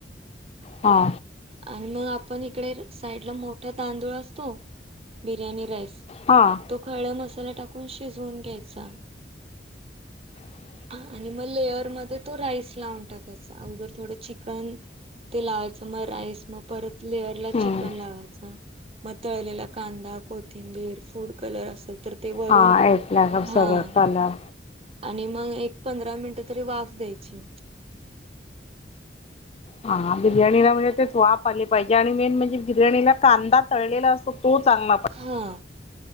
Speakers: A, on the left (about 35°); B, on the right (about 35°).
A: हा.
B: आणि मग आपण इकडे साईडला मोठा तांदूळ असतो. बिर्याणी राईस
A: हां.
B: तो खडा मसाला टाकून शिजवून घ्यायचा.
A: <unintelligible>
B: आणि मग लेअर मध्ये तो राईस लावून टाकायचा. अगोदर थोडं चिकन ते लावायचं, मग राईस मग परत लेअरला
A: हम्म.
B: चिकन लावायच. मग तळलेला कांदा, कोथिंबीर, फूड कलर असल तर ते वरून
A: हा ऐकला का
B: हा.
A: सगळं कलर
B: आणि मग एक पंधरा मिनटं तरी वाफ द्यायची.
A: हा, बिर्याणीला म्हणजे तेच वाप आली पाहिजे, आणि मेन म्हणजे बिर्याणीला कांदा तळलेला असत तो, चांगला पा
B: हां.